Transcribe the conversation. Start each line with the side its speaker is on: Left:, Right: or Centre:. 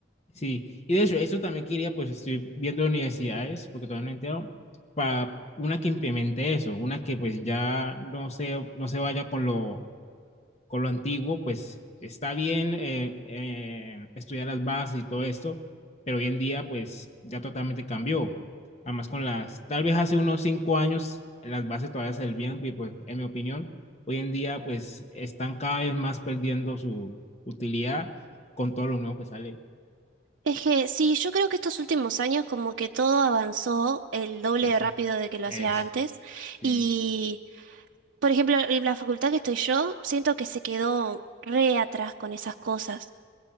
Left: Sí, y de hecho, eso también quería, pues estoy viendo universidades, porque todavía no he enterado, para una que implemente eso, una que pues ya no se, no se vaya con lo con lo antiguo, pues está bien eh, eh, estudiar las bases y todo esto, pero hoy en día pues ya totalmente cambió. Además con las, tal vez hace unos cinco años las bases todavía se servían y pues en mi opinión, hoy en día pues están cada vez más perdiendo su utilidad con todo lo nuevo que sale.
Right: Es que sí, yo creo que estos últimos años como que todo avanzó el doble
Left: Ese,
Right: de rápido de que lo
Left: es,
Right: hacía antes
Left: sí.
Right: y, por ejemplo, en la facultad que estoy yo, siento que se quedó re atrás con esas cosas.